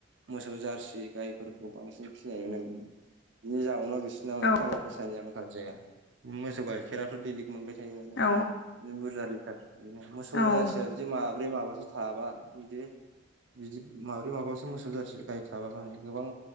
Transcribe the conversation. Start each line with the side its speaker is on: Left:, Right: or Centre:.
Right: मोसौ जारसि <unintelligible> गायफोरखौ बांसिन फिसिनाय नुनो मोनो बिनि जउनाव बिसिोरना माने
Left: औ
Right: थाखा फैसानि आं आंखार जाया मोसौ गाइखेराथ' दैलिग मोनबाय थायो नालाय
Left: औ
Right: बुरजा लिटार <unintelligible> बिदि
Left: औ
Right: माब्रै माबासो थाबा बिदि बिदि माब्रै माबासो मोसौ जारसि गाय थाबा माने गोबां